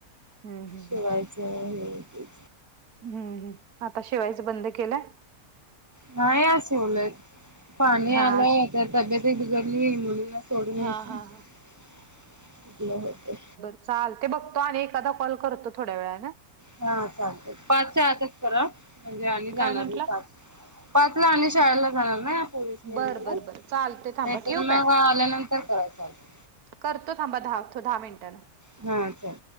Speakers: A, on the right; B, on the right.
A: हम्म हम्म.
B: शिवायचं हाय की.
A: हम्म हम आता शिवायच बंद केलायं?
B: नाही आज शिवलोय पाणी
A: हा
B: आलंय
A: आज
B: तर तब्येत एक बिघडली मुलं सोडून
A: हा
B: यायचं
A: हा
B: कुठलं
A: हा
B: होतयं.
A: चालतयं बघतो आणि एखादा कॉल करतो थोड्या वेळा न.
B: हा चालतयं पाचच्या आतच करा म्हणजे, आणि जाणार
A: काय म्हंटला
B: मी पाच पाचला आणि शाळेला जाणार ना पोरिसनी
A: बर
B: आणायला
A: बर बर चालते थांबा
B: नाही, तर
A: ठेवू
B: मग
A: काय
B: आल्या नंतर करा चालतयं.
A: करतो थांबा द- दहा मिनिटानं.
B: हा, चालतयं.